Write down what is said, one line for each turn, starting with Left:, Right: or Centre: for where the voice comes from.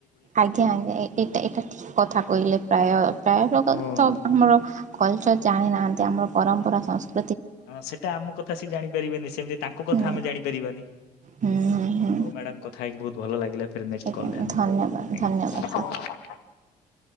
Right: ଆଜ୍ଞା ଆଜ୍ଞା ଏ-ଏଇଟା ଏଟା ଠିକ କଥା କହିଲେ ପ୍ରାୟ ପାୟ ପ-କଥ-ହାମର
Left: ହଁ
Right: କଲଚର୍ ଜାଣିନାହାନ୍ତି, ଆମର ପରମ୍ପରା ସଂସ୍କୃ
Left: ହଁ ସେଟା ଆମ କଥା ସିଏ ଜାଣିପାରିବେନି, ସେମତି ତାଙ୍କ କଥା
Right: ହୁଁ
Left: ଆମେ ଜାଣିପାରିବାନି,
Right: ହୁଁ ହୁଁ ହୁଁ
Left: ହଉ ମ୍ୟାଡାମ୍ କଥା ହେଇକି ବୋହୁତ ଭଲ ଲାଗିଲା। ଫେରେ ନେକ୍ଷ୍ଟ
Right: ଆଜ୍ଞା
Left: କଲ୍ ରେ ଆମେ
Right: ଧନ୍ୟବାଦ
Left: ଆଜ୍ଞା
Right: ଧନ୍ୟବାଦ ସାର୍।